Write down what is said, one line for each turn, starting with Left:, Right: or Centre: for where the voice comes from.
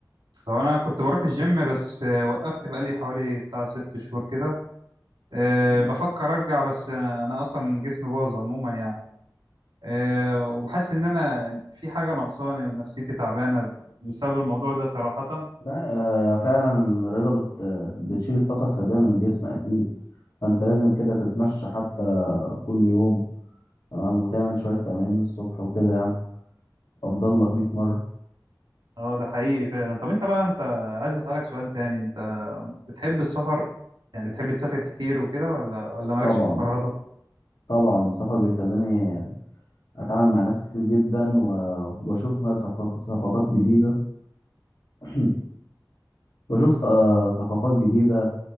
Right: طب انا كنت بروح الجيم بس آه، وقفت بقى لي حوالي بتاع ست شهور كده إيه
Left: يعني
Right: بفكر ارجع بس انا, أنا اصلا جسمي باظ عموما يعني إيه وحاسس ان انا في حاجة ناقصاني ونفسيتي تعبانة بسبب الموضوع ده صراحة
Left: لا آه، فعلا الرياضة بت... بتشيل الطاقة السلبية من الجسم أكيد فأنت لازم كده تتمشى حتى كل يوم تمام وتعمل شوية تمارين الصبح وكده يعني أفضل لك 100 مرة
Right: اه ده حقيقي فعلا طب انت بقى انت عايز اسالك سؤال تاني انت بتحب السفر يعني بتحب تسافر كتير وكده ولا ولا مالكش
Left: طبعا
Right: في الفرهده
Left: طبعا السفر بيخليني أتعامل مع ناس كتير جدا و- وبشوف م- صفقات صفقات جديدة <clears throat> بشوف ص- ثقافات جديدة